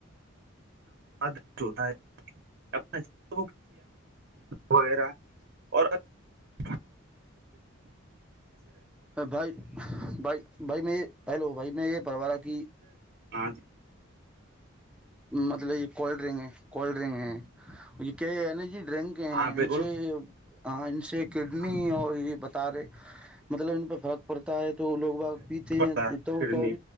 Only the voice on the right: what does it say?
ات ہوتا ہے اپ وغیرہ اور ہاں
ہ
ہاں
بالکل
ہاں
پڑتا
ہے
نہیں